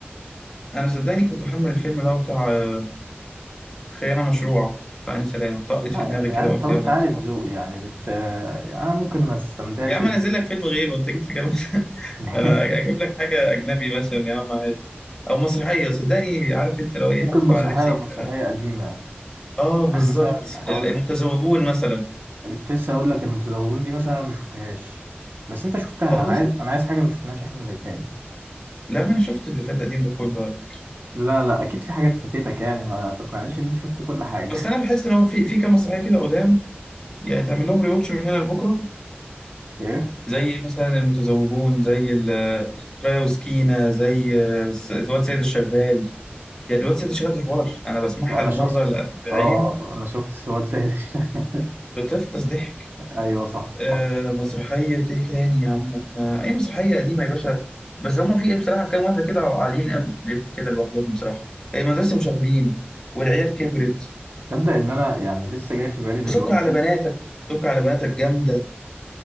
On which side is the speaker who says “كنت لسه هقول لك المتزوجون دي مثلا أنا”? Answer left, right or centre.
Right